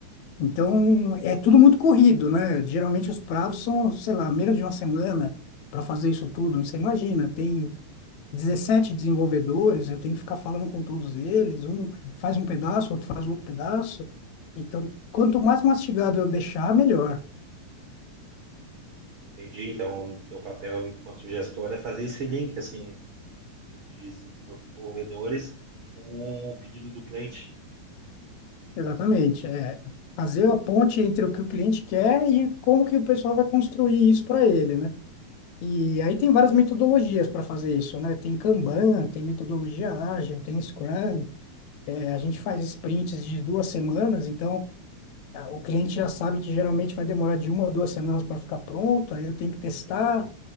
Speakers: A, on the left; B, on the right.
A: Então, é tudo muito corrido, né? Geralmente os prazos são, sei lá, menos de uma semana para fazer isso tudo. Você imagina, tem 17 desenvolvedores, eu tenho que ficar falando com todos eles, um faz um pedaço, outro faz outro pedaço. Então, quanto mais mastigado eu deixar, melhor.
B: Entendi. Então, o teu papel enquanto gestor é fazer esse link, assim, os desenvolvedores com o pedido do cliente.
A: Exatamente. É fazer a ponte entre o que o cliente quer e como que o pessoal vai construir isso para ele, né? E aí tem várias metodologias para fazer isso, né? Tem Kanban, tem metodologia ágil, tem Scrum. É, a gente faz sprints de duas semanas, então a- o cliente já sabe que geralmente vai demorar de uma a duas semanas para ficar pronto, aí eu tenho que testar.